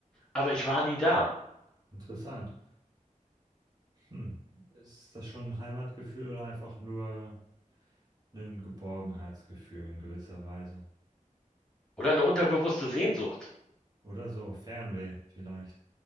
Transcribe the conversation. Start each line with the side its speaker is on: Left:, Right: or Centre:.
Centre: aber ich war nie da.
Right: interessant. Hm. Ist das schon ein Heimatgefühl oder einfach nur ein Geborgenheitsgefühl in gewisser Weise?
Centre: Oder eine unterbewusste Sehnsucht.
Right: Oder so, Fernweh vielleicht.